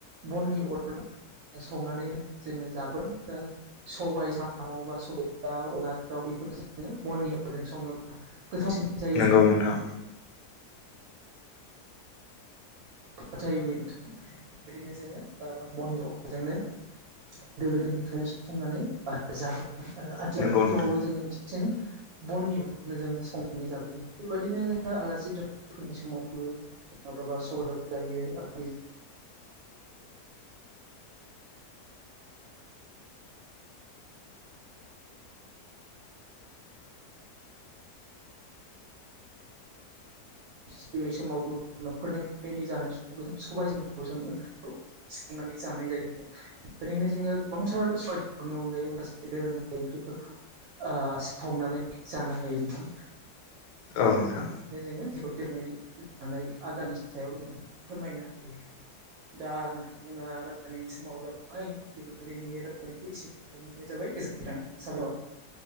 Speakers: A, on the right; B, on the left.
A: बननि अरजों। संनानैनो जोङो जाबो दा सबायाइ साम' बा सबाय दा अनलाजों दाउ। बेफोरखौ बननि अरजों संओबा गोथावसिन। जायो।
B: नंगौ नोंथां
A: फोथायबोयो नोंथां बेबायदिनो जोङो बननि अरजोंनो। गोदो गोदायनिफ्रायनो सुफंनानै जाबोदों आरो आथिखाल
B: नंगौ
A: समावबो
B: नोंथां
A: जोङो। बांसिन बननि अरजोङो संनानै जाबोयो बेबायदिनो जोङो आलासि फैनाय समाव। माब्लाबा सबादाब जायो आरो। सिबिनाय समाव न'खरनि फेलि जानाय समावबो जों सबाइजों जों ओंख्रिखौ। सोंनानै जानाय जायो। ओरैनो जोङो गोबंथार सयदनि अनगायै माखासे दोरोङारि ओंख्रिफोरखौ। ओ सावनानोय जानो हायो नोंथां।
B: औ नोंथां।
A: बेनो जोङो जेबो दोङै जानाय आदानि सायाव जोङो फोरमायनो हायो। दा नोंथांमोनहा रायलायनाय समाव जाबबाय बिदिब्ला दिनैनि रायलायनायखौ एसे खालामनो थानाय जाबाय। गोजोन्थों साबायखर।